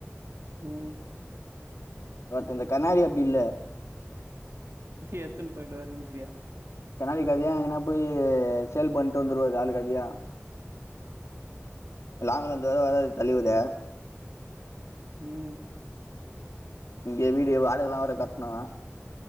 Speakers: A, on the right; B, on the left.
A: ம்
B: பட் இந்த கண்ணாடி அப்டி இல்ல
A: எத்துன்னு போயி்டுவாருன்றியா
B: கண்ணாடி கதையா எங்கனா போய் சேல் பண்ணிட்டு வந்துருவாரு ஆளு கதையா லாங்கல இந்து தான் வராரு தலைவரு
A: ம்
B: இங்க வீடு வாடகலாம் வேற கட்டனும்